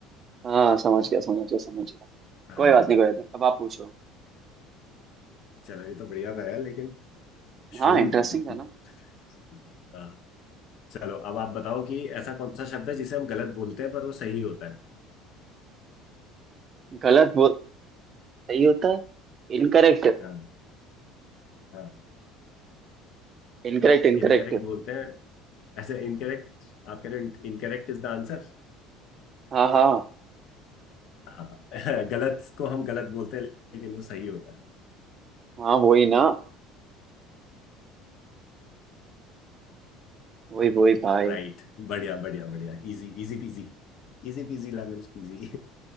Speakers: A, on the right; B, on the left.
A: हाँ समझ गया समझ गया समझ गया
B: हाँ
A: कोई बात नहीं कोई बात नहीं अब आप पूछो
B: चलो ये तो बढ़िया था यार लेकिन मशरूम
A: हाँ इंटरेस्टिंग था ना
B: <laughs> हाँ चलो अब आप बताओ कि ऐसा कौन सा शब्द है जिसे हम गलत बोलते हैं पर वो सही होता है
A: गलत बोल सही होता है इनकरेक्ट
B: हाँ हाँ
A: Incorrect incorrect
B: इनकरेक्ट बोलते हैं ऐसे इनकरेक्ट आप कह रहे हो इनकरेक्ट इज द आंसर
A: हाँ हाँ
B: हाँ <laughs> गलत को हम गलत बोलते हैं लेकिन वो सही होता है
A: हाँ वही ना वही वही भाई
B: राइट बढ़िया बढ़िया बढ़िया Easy easy peasy Easy peasy lemon squeezy